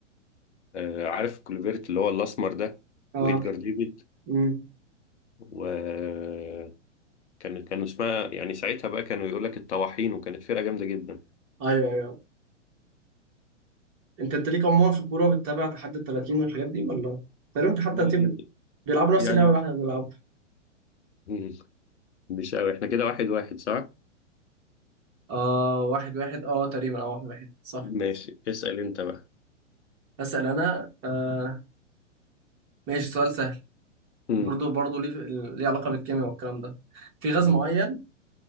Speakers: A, on the left; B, on the right.
A: آه، عارف كلوفيرت اللي هو الاسمر ده
B: اه
A: وإدجار ديفيد
B: امم
A: وكان كانوا اسمها يعني ساعتها بقى كانوا يقول لك الطواحين وكانت فرقة جامدة جدا
B: ايوه ايوه انت انت ليك عموما في الكوره بتتابع تحدي ال 30 والحاجات دي ولا تقريبا تحدي
A: يعني
B: 30 بيلعبوا نفس
A: يعني
B: اللعبه اللي احنا بنلعبها
A: مم. مش قوي احنا كده واحد واحد صح؟
B: آه واحد واحد اه تقريبا اه واحد واحد صح
A: ماشي اسأل انت بقى
B: هسأل انا آه ماشي سؤال سهل
A: مم.
B: برضو برضو ليه ليه علاقة بالكيمياء والكلام ده في غاز
A: مم.
B: معين